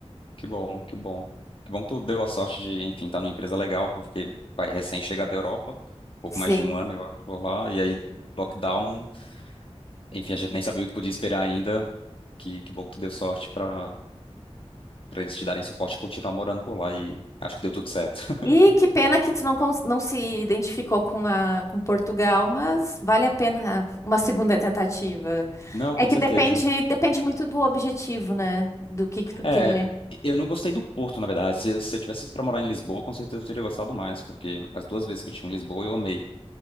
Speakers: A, on the left; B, on the left.
A: que bom, que bom. Que bom que tu deu a sorte de, enfim, estar numa empresa legal, porque vai recém chegar da Europa, pouco
B: Sim.
A: mais de um ano, eu acho, por lá, e aí lockdown, enfim, a gente nem sabia o que podia esperar ainda. Que, que bom que tu deu sorte pra para eles te darem suporte e continuar morando por lá, e acho que deu tudo certo.
B: E
A: <laughs>
B: que pena que tu não, cons- não se identificou com a com Portugal, mas vale a pena uma segunda tentativa.
A: Não,
B: É
A: com
B: que
A: certeza.
B: depende depende muito do objetivo, né? Do que que tu
A: É,
B: quer.
A: eu não gostei do Porto, na verdade. Se, se eu tivesse pra morar em Lisboa, com certeza eu teria gostado mais, porque as duas vezes que eu tive em Lisboa eu amei.